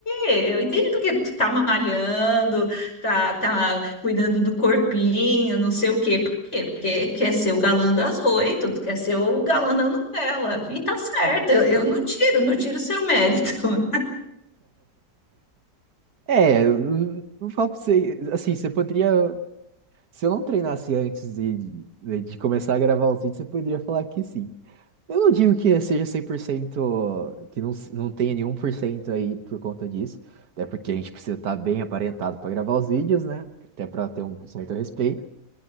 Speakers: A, on the left; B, on the right.
A: eu entendi porque tu tá malhando, tá, tá cuidando do corpinho, não sei o quê. Por quê? Porque quer ser o galã das oito, quer ser o galã da novela. E tá certo, eu, eu não tiro, não tiro o seu mérito.
B: É, eu não não falo pra você, assim, você poderia, se eu não treinasse antes de, de, de começar a gravar os vídeos, você poderia falar que sim. Eu não digo que seja 100%, que não, se- não tenha nenhum por cento aí por conta disso, até porque a gente precisa estar bem aparentado para gravar os vídeos, né? Até para ter um certo respeito.